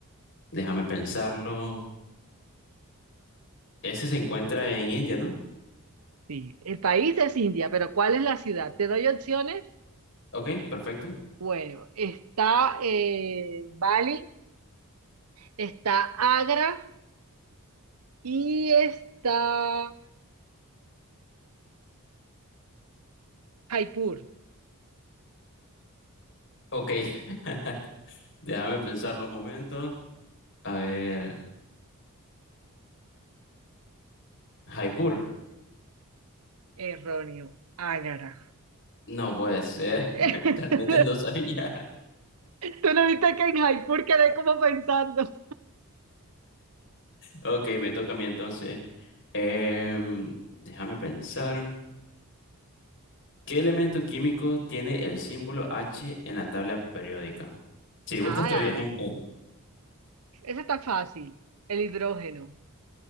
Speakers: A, on the left (about 60°); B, on the right (about 80°).
A: déjame pensarlo. Ese se encuentra en India, ¿no?
B: Sí, el país es India, pero ¿cuál es la ciudad? ¿Te doy opciones?
A: Ok, perfecto.
B: Bueno, está eh, Bali, está Agra y está Jaipur.
A: Ok, <laughs> déjame pensarlo un momento. A ver, Jaipur.
B: Erróneo, Agra.
A: No puede ser,
B: <laughs>
A: <laughs> realmente no sabía.
B: ¿Tú no viste que en Jaipur quedé como pensando?
A: Ok, me toca a mí entonces. Em, déjame pensar. ¿Qué elemento químico tiene el símbolo H en la tabla periódica? Si gustas,
B: Ah,
A: estoy ejemplo.
B: esa está fácil. El hidrógeno.